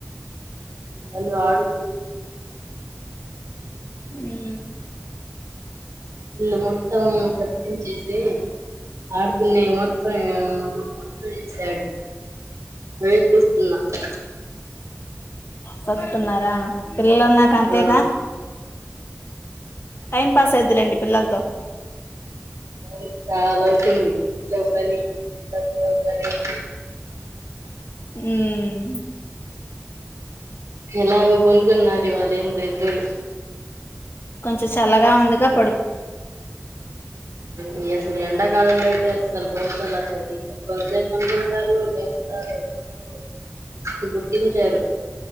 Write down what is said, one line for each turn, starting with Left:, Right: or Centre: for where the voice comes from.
Right: పిల్లలు ఆడుకుంటున్నార్
Left: <inaudible> ఉమ్
Right: ఇల్ళు మొత్తం కట్టించేసి ఆడుకునే మొత్తం ఊ మొత్తం వేశాడు వే తీసుకున ఘటకె
Left: సదుతునార పిల్లలున్నాక అంతేగ
Right: ఆ
Left: టైం పాస్ అయిదిలెండి పిల్లలతో
Right: అవును చాలా అవుతుంది ఇంట్లో పని పిలలితోపని థయూ
Left: ఉమ్
Right: ఎలాగో పోనుకున్నారు ఇవాళు ఎందొ ఇద్దరు
Left: కొంచెం చల్లగా ఉందిగా ప్
Right: ఉమ్ ఎస్ ఎండ కాలంలో అయితే అసలు పొనుకోలా సరిగా కొన్సపుపోనుకుంటారు లెస్త సరే పో గుర్తించారు